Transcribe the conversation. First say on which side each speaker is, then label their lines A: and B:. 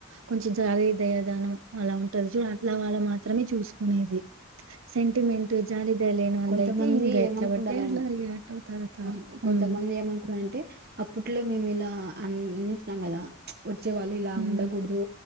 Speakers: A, on the right; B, on the right.
A: కొంచెం జాగ దయదానం అలా ఉంటంది చూ అట్లా వాళ్ళ మాత్రమే చూసుకునేది సెంటిమెంట్ జాలి దయళేను అలా
B: కొంతమంది
A: అయితే ఇంకా
B: ఏమనుకుంటారంటే
A: అట్లా రియాక్ట్ అవుతారు.
B: అవును
A: హ్మ్.
B: కొంతమంది ఏమనుకున్నంటే అప్పట్లో మేము ఇలా అన్ని టీ కన్నదా వచ్చే వాళ్ళు ఇలా
A: హ్మ్.
B: ఉండకూడదు